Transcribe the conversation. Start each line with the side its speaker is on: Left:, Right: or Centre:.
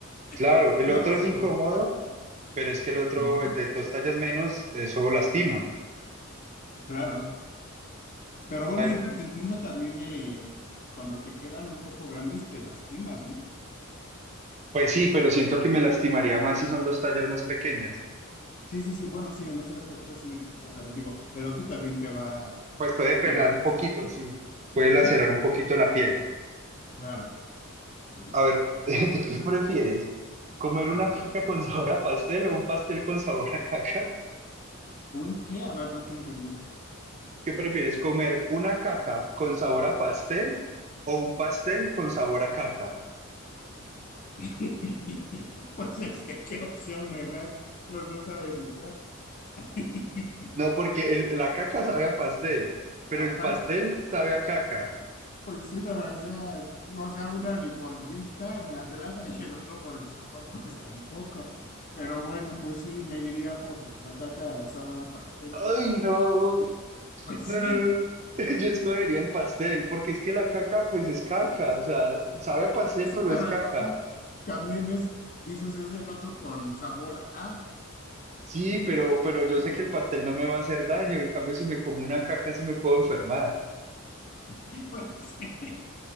Right: Claro,
Left: <laughs>
Right: el
Left: no
Right: otro
Left: vas
Right: es
Left: a
Right: incómodo,
Left: poder caminar.
Right: pero es que el otro,
Left: Ujú,
Right: el de dos tallas menos, eso lastima.
Left: Claro, pero bueno,
Right: A ver,
Left: in- incluso también eh, cuando te quedan un poco grandes te lastimas, ¿no?
Right: pues sí, pero siento que me lastimaría más si son dos tallas más pequeñas.
Left: Sí, sí, sí, bueno, sí, en ese aspecto sí, o sea, pero digo, el otro también te va,
Right: Pues puede pelar
Left: te va a hacer
Right: un poquito,
Left: sufrir.
Right: sí, puede lacerar
Left: Ujú,
Right: un poquito la piel.
Left: Claro, ok.
Right: A ver, <laughs> ¿tú qué prefieres? ¿Comer una
Left: ujú.
Right: caca con sabor a pastel o un pastel con sabor a caca?
Left: ¿Un qué? A ver, no te entendí.
Right: ¿Qué prefieres? ¿Comer una caca con sabor a pastel o un pastel con sabor a caca?
Left: <laughs> Pues es que, ¿qué opción me das? Los dos saben igual. <laughs>
Right: No, porque el- la caca sabe a pastel, pero
Left: Ajá,
Right: el pastel
Left: pues
Right: sabe a caca.
Left: Pues sí, pero o sea, o sea, una ni por vista me agrada y el otro por el sabor, <laughs> pues tampoco. Pero bueno, pues sí, me iría por la caca sabor a pastel.
Right: Ay,
Left: <laughs>
Right: no,
Left: Pues
Right: no,
Left: sí,
Right: no, no. <laughs> Yo escogería el pastel, porque es que la caca, pues es caca, o sea, sabe a pastel,
Left: pues sí,
Right: pero
Left: pero
Right: es caca.
Left: el otro también es, dices, es el otro con sabor a,
Right: Sí,
Left: pues
Right: pero,
Left: más
Right: pero yo
Left: feo,
Right: sé que
Left: ¿no?
Right: el pastel no me va a hacer daño, en cambio si me como una caca sí me puedo enfermar.
Left: <laughs> Y pues es que